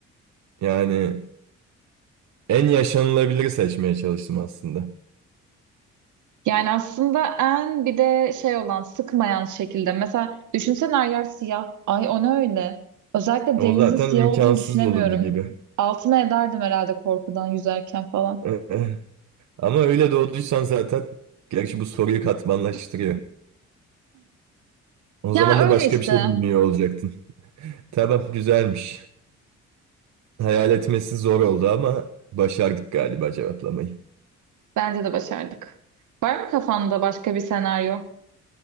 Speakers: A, on the right; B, on the right.
A: yani en yaşanılabiliri seçmeye çalıştım aslında.
B: Yani aslında en bir de şey olan sıkmayan şekilde. Mesela düşünsene her yer siyah. Ay o ne öyle? Özellikle
A: O
B: denizin
A: zaten
B: siyah
A: imkansız
B: olduğunu düşünemiyorum.
A: olurdu gibi.
B: Altıma ederdim herhalde korkudan yüzerken falan.
A: <laughs> Ama öyle doğduysan zaten gerçi bu soruyu katmanlaştırıyor. O
B: Ya
A: zaman
B: öyle
A: da başka
B: işte.
A: bir şey bilmiyor olacaktın. Tamam güzelmiş. Hayal etmesi zor oldu ama başardık galiba cevaplamayı.
B: Bence de başardık. Var mı kafanda başka bir senaryo?